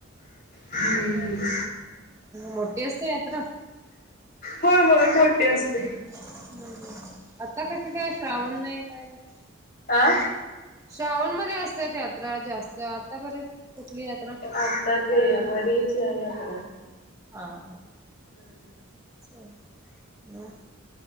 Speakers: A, on the left; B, on the right.
A: हम्म.
B: मोठी असते यात्रा?
A: होय होय मोठीं असते.
B: ह् ह आता कसे काय श्रावण नाही काय नाही?
A: आ.
B: श्रावण मध्ये असतात यात्रा जास्त, आता बरं कुठली यात्रा?
A: आतात. ते मरी आईची यात्रा अस
B: हा हा.
A: हम्म.
B: हुं